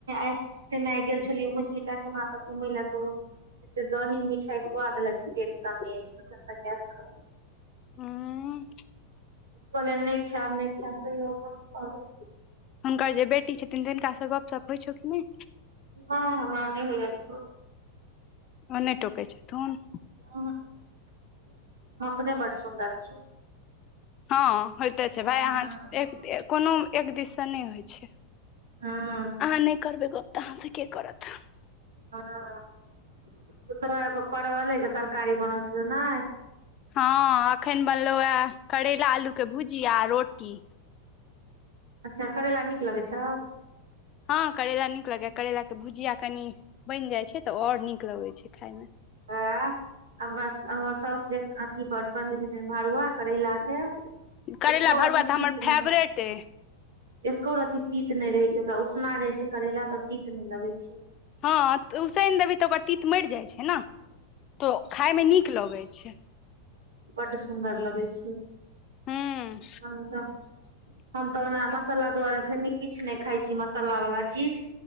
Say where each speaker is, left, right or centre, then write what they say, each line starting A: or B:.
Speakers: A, on the right; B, on the left.
A: <unintelligible> <unintelligible> में आइ गेल छलियै मैझलि काकीमां ओतो घुमै लए त ओ त दही मिठाइ खुआ देलास <unintelligible> पेट तनने अछि तखैन से गैस स।
B: हुँ,
A: कहलियानि नहि खैब, नहि खैब तैयो अपना खुआ देलखिन।
B: हुनकर जे बेटी छथिन, तिनका से गपशप होइ छौ कि नहि?
A: हँ हमरा नहि होइये केकरो
B: ओ नहि टोकै छेथून।
A: उं-हुं, हम अपने बड सुन्दर छी।
B: हँ होयइते छै। भाय
A: हँ
B: अहाँ ए- एक कोनो एक दिस से नहि होइ छै।
A: हँ
B: अहाँ नहि करबै गप्प तऽ अहाँ से के करत?
A: <unintelligible> तो तोरा परवले के तरकारी बनल छलौ न?
B: हँ, अखैन बनलहु हें करैला आलू के भुजिआ आ रोटी।
A: अच्छा करैला नीक लगै छौ?
B: हँ करैला नीक लगैया। करैेला के भुजिया कनि बनि जाइ छै तऽ ओ और नीक लगै छै खायमे।
A: <unintelligible> बस हमर साउस जे अथी पर बनबै छथिन भरुआ करैला के
B: करैला
A: एक्को
B: भरुआ
A: रती तित
B: तऽ हमर
A: नैह।
B: फेवरेट अइ
A: एक्को रति तीत नहि रहै छै। ओकरा उसना जाय छै करैला तऽ तीत नहि लगै छै।
B: हँ उसैन देबिंह तऽ ओकर तीत मरि जाय छै ने, तो खाय मे नीक लगै छै।
A: बड सुन्दर लगै छै।
B: हूँ
A: हम <unintelligible> हम तऽ ओना मसाला दुआारे अखनि किछ नहि खाइ छी मसाला वाला चीज।